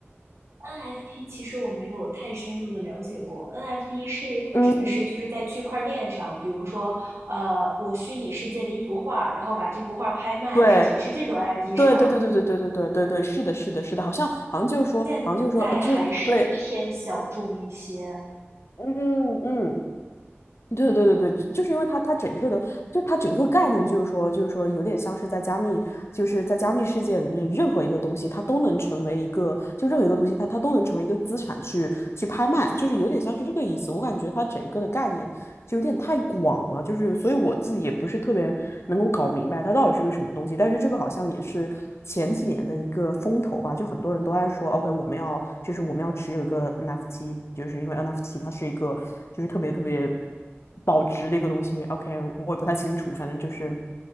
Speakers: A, on the right; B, on the left.
A: NFT 其实我没有太深入的了解过，NFT 是指的是就是在区块链上，
B: 嗯，
A: 比如说，呃，我虚拟世界的一幅画，然后把这幅画拍卖，
B: 对
A: 是这是这种 NFT
B: 对对对对对对对对对对，
A: 是吧？
B: 是的，是的，是的，好像好像就是说，
A: 现在还是偏小众一些。
B: 好像就是说，嗯，就是对，嗯嗯，对对对对，就是因为它它整一个的，就它整个概念就是说，就是说有点像是在加密，就是在加密世界里面，任何一个东西它都能成为一个，就任何一个东西它它都能成为一个资产去去拍卖，就是有点像是这个意思。我感觉它整一个的概念就有点太广了，就是所以我自己也不是特别能够搞明白它到底是个什么东西。但是这个好像也是前几年的一个风头吧，就很多人都在说，OK，我们要就是我们要持有一个 NFT，就是因为 NFT 它是一个就是特别特别。保值的一个东西。OK，我也不太清楚，反正就是